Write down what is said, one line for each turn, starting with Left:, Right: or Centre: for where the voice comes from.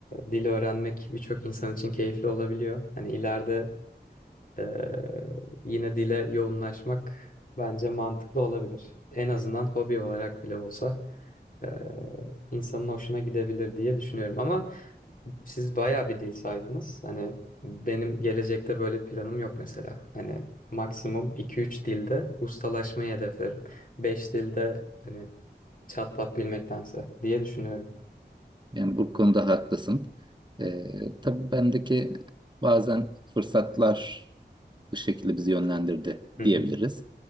Left: dil öğrenmek birçok insan için keyifli olabiliyor. Hani ileride Ee, yine dile yoğunlaşmak bence mantıklı olabilir. En azından hobi olarak bile olsa e, insanın hoşuna gidebilir diye düşünüyorum. Ama siz bayağı bir dil saydınız. Hani benim gelecekte böyle planım yok mesela. Hani maksimum iki üç dilde ustalaşmayı hedeflerim. 5 dilde hani çat pat bilmektense diye düşünüyorum.
Right: Yani bu konuda haklısın. Ee, tabii bendeki bazen fırsatlar bu şekilde bizi yönlendirdi
Left: Hı hı.
Right: diyebiliriz.